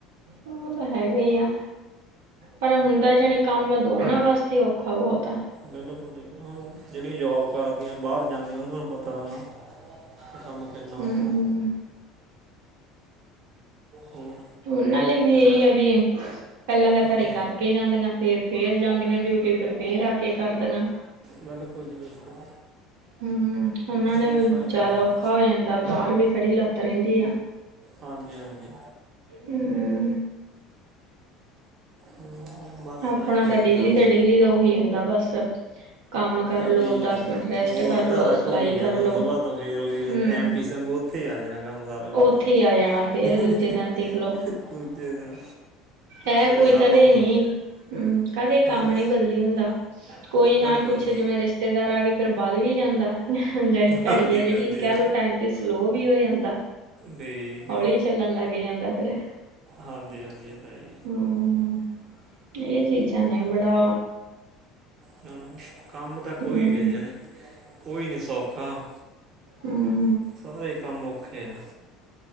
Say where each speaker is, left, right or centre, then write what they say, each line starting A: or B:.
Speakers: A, on the right; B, on the right.
A: ਉਹ ਤਾਂ ਹੈਗਾ ਈ ਆ। ਪਰ ਹੁੰਦਾ ਜਾਣੀ ਕੰਮ ਦੋਨਾਂ ਵਾਸਤੇ ਔਖਾ ਬਹੁਤ ਆ।
B: ਬਿਲਕੁਲ ਜੀ, ਜਿਹੜੀਆਂ ਜੋਬ ਕਰਦੀਆਂ ਬਾਹਰ ਜਾਂਦੀਆਂ ਉਹਨਾਂ ਨੂੰ ਪਤਾ ਐ ਨਾ, ਕੇ ਕੰਮ ਕਿੰਨਾ
A: ਹਮ
B: ਔਖਾ
A: ਹਮ
B: ਹੋਰ
A: ਉਹਨਾ ਲਈ ਵੀ ਇਹੀ ਆ ਵੀ, ਪਹਿਲਾਂ ਤਾ
B: ਹਾਂਜੀ
A: ਘਰੇ ਕਰ ਕੇ ਜਾਂਦੀਆਂ, ਫੇਰ- ਫੇਰ ਜਾਂਦੀਆਂ ਡਿਊਟੀ, ਫਿਰ, ਫੇਰ ਆ ਕੇ ਕਰ ਦੀਆਂ।
B: ਬਿਲਕੁਲ ਜੀ ਬਿਲਕੁਲ
A: ਹਮ, ਉਹਨਾਂ ਨੇ
B: ਬਸ
A: ਜਿਆਦਾ
B: ਆਹੀ ਹੈ
A: ਔਖਾ ਹੋ ਜਾਂਦਾ ਬਾਹਰ ਵੀ ਖੜੀ ਲੱਤ ਰਹਿੰਦੀ ਆ।
B: ਹਾਂਜੀ ਹਾਂਜੀ
A: ਹਮ
B: ਹਮ, ਬਸ
A: ਆਪਣਾ
B: ਆਹੀ
A: ਤਾਂ
B: ਹੈ
A: ਡੇਲੀ
B: ਜੀ ਗੱਲ
A: ਦਾ, ਡੇਲੀ ਦਾ ਉਹੀ ਹੁੰਦਾ ਬਸ, ਕੰਮ ਕਰ
B: ਰੁਟੀਨ
A: ਲਓ
B: ਆ ਜੀ,
A: ਮਿੰਟ ਰੈਸਟ
B: ਗੋਲ-
A: ਕਰ
B: ਕਧਾਰਾ
A: ਲਓ ਸਿਲਾਈ
B: ਘੁੰਮੀ ਜਾਂਦਾ
A: ਕਰ ਲਓ
B: ਸੁਬਾਹ ਤੋਂ ਫੇਰ ਉਹੀ ਆ
A: ਹਮ
B: ਟੈਮਪੀਸ ਆਂਗੂ ਉੱਥੇ ਆ ਜਾਣਾ ਕੰਮ ਸਾਰਾ ਕੁਛ
A: ਉੱਥੇ
B: ਹੀਹੀਹੁ
A: ਹੀ ਆ ਜਾਣਾ ਫੇਰ ਦੂਜੇ ਦਿਨ ਦੇਖ ਲਓ
B: ਐ ਦੂਜੇ ਦਿਨ
A: ਇਹ
B: ਕਹਿੰਦੇ
A: ਕੋਈ
B: ਸਾਨੂੰ
A: ਕਦੇ
B: ਨੂੰ
A: ਨੀ ਹਮ ਕਦੇ
B: ਹਾਂਜੀ
A: ਕੰਮ ਨਹੀਂ ਬਦਲੀ ਹੁੰਦਾ। ਕੋਈ
B: ਬਿਲਕੁਲ
A: ਹਾਂ ਕੁੱਛ
B: ਜੀ
A: ਜਿਵੇਂ ਰਿਸ਼ਤੇਦਾਰ ਆ ਗਏ ਫੇਰ ਵੱਧ ਵੀ ਜਾਂਦਾ। ਜਾਣੀ
B: ਹਾਂਜੀ
A: ਘੜੀ ਆ ਜਿਹੜੀ,
B: ਹਾਂਜੀ
A: ਕਹਿ ਲਓ ਟਾਈਮ ਤੇ ਸਲੋਅ ਵੀ ਹੋ ਜਾਂਦਾ।
B: ਠੀਕ ਹੈ
A: ਹੌਲੀ
B: ਜੀ।
A: ਚੱਲਣ ਲੱਗ ਜਾਂਦਾ ਫੇਰ
B: ਹਾਂਜੀ ਹਾਂਜੀ ਇਹ ਤਾ ਹੈਈ।
A: ਹੂੰ-ਹੂੰ, ਇਹ ਚੀਜ਼ਾਂ ਨੇ ਬੜਾ
B: ਤੇ ਕੰਮ ਤਾਂ ਕੋਈ
A: ਹਮ,
B: ਵੀ ਆ ਜਾਨੇ, ਕੋਈ ਨੀ ਸੌਖਾ।
A: ਹਮ
B: ਸਾਰੇ ਕੰਮ ਔਖੇ ਆ।